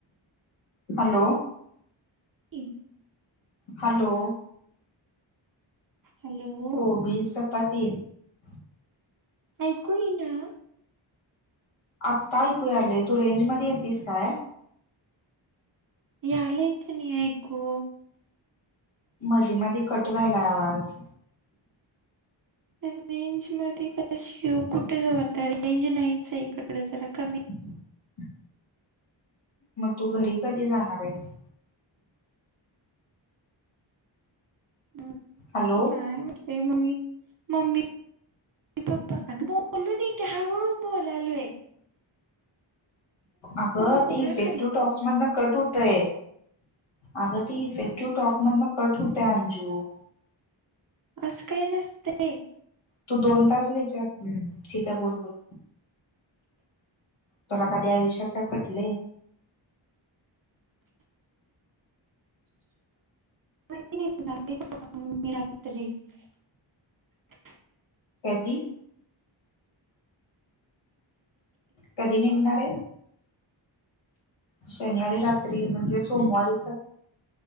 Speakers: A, on the left (about 80°); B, on the right (about 45°).
A: हॅलो.
B: हम <unintelligible>
A: हॅलो
B: हॅलो
A: कोबी स पाते <unintelligible>
B: ऐकू ये ना,
A: आता ऐकू आलेय तू रेंज मध्ये येेतस काय?
B: ये यालंय क नाही ऐकू
A: मधी, मधी, कटवायला आवाज
B: तर रेंज मध्ये क कुठे जवात <unintelligible> रेंज नाहीच इकड जरा कमी
A: हम <inaudible> मग तू घरी कधी जाणार आहेस.
B: हम्म.
A: हॅलो
B: काय म्ह मम्मी मम्मी, बापपा आ म लो <unintelligible> द क हार वर म ओलाल आहे
A: अगं
B: नको
A: ती
B: मार
A: इफेक्टू
B: खालीस
A: टॉक्स
B: बघ
A: मधन कट होतय. आग ते इफेक्टिव्ह टॉक मदन कट ह त्यान अंजु
B: अस काय नसते.
A: तू दोन तास <unintelligible> व्हाय जा ठीक आहे बोल, बोल, तुला कधी आयुष्या काय पटलय? <inaudible>
B: <unintelligible>
A: कधी? कधी निघणार आहे? शनिवारी रात्री म्हणजे, सोमवारी